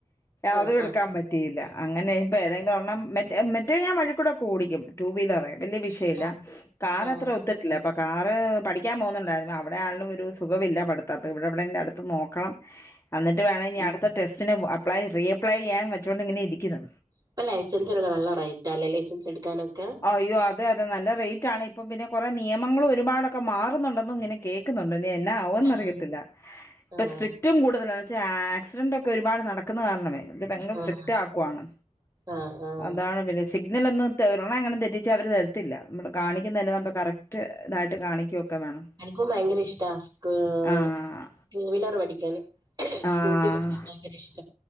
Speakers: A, on the right (about 30°); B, on the left (about 20°).
A: ആഹ്
B: അതും എടുക്കാൻ
A: ആഹ്
B: പ പറ്റയില്ല അങ്ങനെ ഇപ്പ ഏതെങ്കിലൊരെണ്ണം മറ്റേ മറ്റേ ഞാൻ വഴി കൂടൊക്കെ ഓടിക്കും ടു വീലറെ വലിയ വിഷ യല്ല
A: ആഹ്
B: കാറ
A: ആഹ്
B: അത്ര ഒത്തിട്ടില്ല അപ്പോ കാറ് പഠിക്കാൻ പോകുന്നുണ്ടായിരുന്നു അവിടാണെങ്കിലും ഒരുസുഖമില്ല പഠിത്തം അപ്പം ഇവിടെ എവിടേലും അടുത്ത് നോക്കണം
A: <inaudible>
B: അന്നിട്ട് വേണം ഇനി അടുത്ത ടെസ്റ്റിന് അപ്ലൈ റീ അപ്ലൈ ചെയ്യാൻ വെച്ചോണ്ട് ഇങ്ങനെ ഇരിക്കുന്നു
A: ഇപ്പ ലൈസൻസൊക്കെ എടുക്കാൻ നല്ല റേറ്റാല്ലേ ലൈസൻസ് ഇട്ക്കാനൊക്കെ
B: അയ്യോ അതെ അതെ നല്ല റേറ്റാണ് ഇപ്പം പിന്നെ കൊറേ നിയമങ്ങളും ഒരുപാടൊക്കെ മാറുന്നുണ്ടെന്നും ഇങ്ങനെ കേക്കുന്നുണ്ട് ഇനി എന്നാ ആവുംന്ന്
A: ആഹ്
B: അറിയത്തില്ല ഇപ്പൊ
A: ആഹ്
B: സ്ട്രിക്റ്റും കൂടുതല പക്ഷേ ആക്സിഡന്റ് ഒക്കെ ഒരുപാട് നട ക്കുന്ന കാരണമേ അവര് ഭയങ്കര
A: ആഹ്
B: സ്ട്രിക്ട് ആക്കുവാണ്
A: ആഹ് ആഹ്
B: അതാണ് പിന്നെ സ് സിഗ്നലൊന്നും <unintelligible> അങ്ങനെ തെറ്റിച്ച് അവര് തരത്തില്ല നമ്മള് കാണിക്കുന്നതെ കറക്റ്റ് ഇതായിട്ട് കാണിക്കൊക്കെ വേണം
A: എനിക്കും ഭയങ്കര ഇഷ്ടാ ഏഹ്
B: ആഹ്
A: ടൂ വീലർ പഠിക്കാന് സ്കൂട്ടി
B: ആഹ്
A: പഠിക്കാൻ ഭയങ്കര ഇഷ്ടം